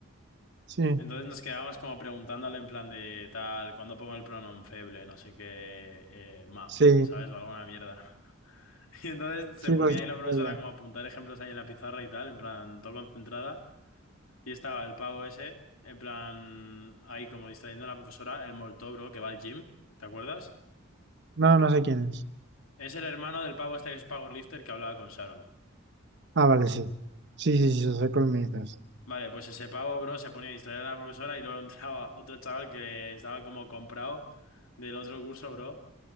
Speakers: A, on the right; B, on the left.
A: Sí,
B: Entonces nos quedábamos como preguntándole en plan de tal, ¿cuándo pongo el pronom feble? No sé qué, eh, ma,
A: sí,
B: ¿sabes? O alguna mierda. <laughs> Y entonces se
A: sí,
B: ponía
A: cualquier
B: ahí la profesora
A: cosa.
B: como a apuntar ejemplos ahí en la pizarra y tal, en plan, todo concentrada. Y estaba el pavo ese, en plan, ahí como distrayendo a la profesora, el molto, bro, que va al gym, ¿te acuerdas?
A: No, no sé quién es.
B: Es el hermano del pavo este que es powerlifter que hablaba con Sharon.
A: Ah, vale, sí. Sí, sí, sí, soy colmillitas.
B: Vale, pues ese pavo, bro, se ponía a distraer a la profesora y luego <laughs> entraba otro chaval que estaba como comprado del otro curso, bro,